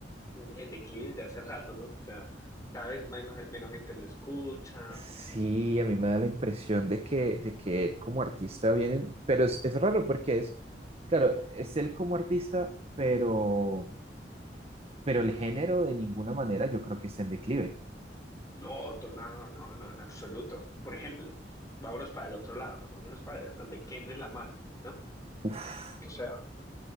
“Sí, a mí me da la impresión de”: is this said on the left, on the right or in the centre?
Right